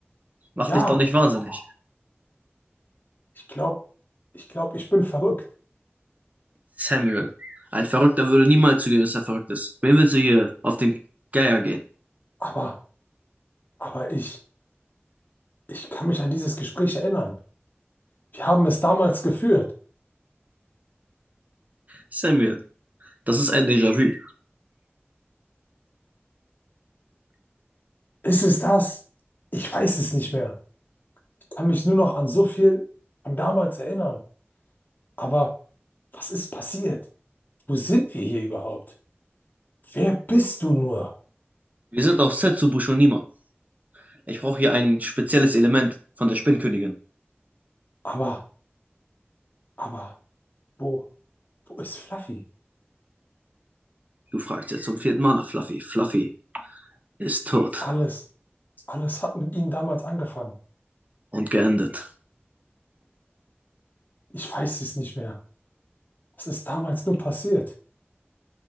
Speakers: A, on the right; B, on the left.
A: Mach
B: Ja,
A: dich doch nicht wahnsinnig.
B: ich glaube, ich glaube, ich bin verrückt.
A: Samuel. Ein Verrückter würde niemals zugeben, dass er verrückt ist. Wen willst du hier auf den Geier gehen?
B: Aber, aber ich, ich kann mich an dieses Gespräch erinnern. Wir haben es damals geführt.
A: Samuel. Das ist ein Déjà-vu.
B: Ist es das? Ich weiß es nicht mehr. Ich kann mich nur noch an so viel von damals erinnern. Aber was ist passiert? Wo sind wir hier überhaupt? Wer bist du nur?
A: Wir sind auf Set zu Bushonima. Ich brauche hier ein spezielles Element von der Spinnkönigin.
B: Aber, aber, wo, wo ist Fluffy?
A: Du fragst jetzt zum vierten Mal nach Fluffy. Fluffy ist tot
B: Alles, alles hat mit ihm damals angefangen.
A: und geendet.
B: Ich weiß es nicht mehr. Was ist damals nur passiert?